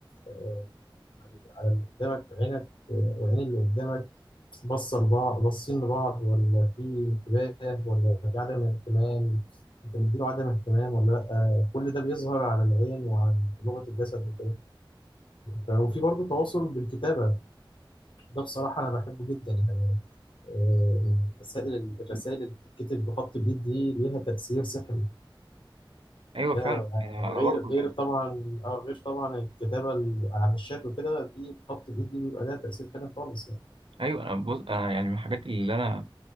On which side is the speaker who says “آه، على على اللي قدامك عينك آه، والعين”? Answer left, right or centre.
Left